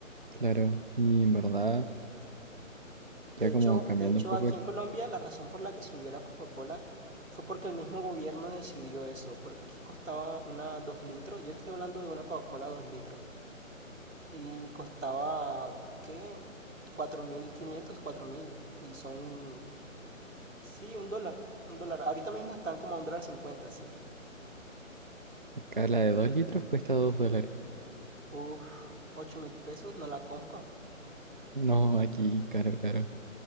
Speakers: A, on the right (about 40°); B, on the right (about 65°).
A: claro. Y en verdad,
B: De
A: ya
B: hecho,
A: como cambiando
B: de hecho,
A: un poco,
B: aquí
A: el-
B: en Colombia la razón por la que subió la Coca-Cola fue porque el mismo gobierno decidió eso, porque aquí costaba una dos litros, yo te estoy hablando de una Coca-Cola 2 litros, y costaba, ¿qué? cuatro mil quinientos, cuatro mil y son, sí, un dólar, un dólar. Ahorita mismo están como a un dólar cincuenta, sí.
A: acá la de 2 litros cuesta 2 dólares.
B: Uf, ocho mil pesos, no la compro.
A: No, aquí, caro, caro.